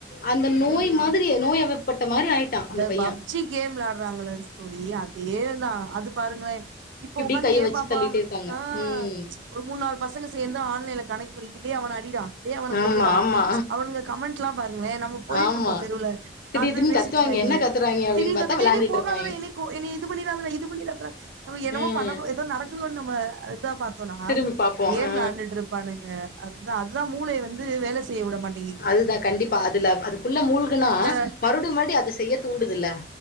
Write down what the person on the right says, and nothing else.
ம்
இந்த
பப்ஜி கேம் விளாடுறாங்கள தோழி அதே தா அது பாருங்களே இப்போ
உக்காந்து
ஏ
பாபா
ஆ
ஒரு மூணு நாள் பசங்க சேர்ந்து ஆன்லைன்ல கணக்ட் பண்ணிக்கிட்டு அவன அடிடா டே அவன
கொல்லுடா
ச் அவனுங் கமெண்ட்ல்லா பாருங்களே நம்மோ போயிட்டு
இருப்போ தெருல
நாலு பேர்
பேசிட்ருப்பாங்க
திடீர்னு பாத்தா டே
டே போகாத
டா என்னே கோ என்ன இது பண்ணிறாதடா இது பண்ணிறாதடா நம்ம என்னவோ
பண்ணோ ஏதோ நடக்குது நம்ம இது தா பாத் த்தோனா
ஏ
விளாண்டுட்ருப் பானுங்க அதுதா அதுதா மூளைய வந்து வேல செய்ய விட மாட்டேங்கி
இந்த